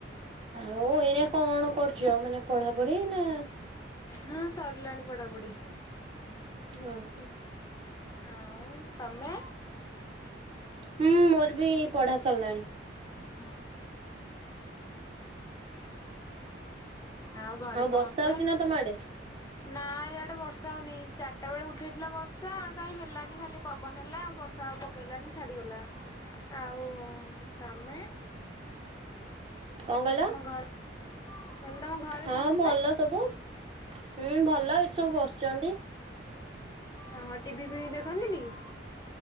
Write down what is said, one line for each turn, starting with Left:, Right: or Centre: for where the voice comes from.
Right: ଆଉ ଏଇନା କଣ କରୁଛ ମାନେ ପଢା ପଢି ନା
Left: ହୁଁ ସରିଲାଣି ପଢାପଢି
Right: ଓ ହୋ
Left: ଆଁ ତମେ
Right: ହୁଁ ମୋର ବି ପଢା ସରିଲାଣି।
Left: ହ <inaudible> ଆଉ ଘରେ ସମସ୍ତେ।
Right: ବର୍ଷା ହଉଛି ନା ତମ ଆଡେ
Left: ନା ଇଆଡ଼େ ବର୍ଷା ହେଉନି ଚାରିଟା ବେଳେ ଉଠାଇଥିଲା ବର୍ଷା କାହିଁ ହେଲାନି ଖାଲି ପବନ ହେଲା ବର୍ଷା ହେବ। କେଲାଣି ଛାଡିଗଲା ଆଉ-ଉ-ଉ-ଉ ତମେ?
Right: କଣ କହିଲ?
Left: ତମ ଘରେ <unintelligible> ତମ ଘରେ
Right: ହଁ
Left: ସମସ୍ତେ?
Right: ଭଲ ହୁଁ ଭଲ ଏଇଠି ସବୁ ବସିଛନ୍ତି।
Left: ଓ ହଁ ଟିଭି ଫିଭି ଦେଖନ୍ତିନି କି?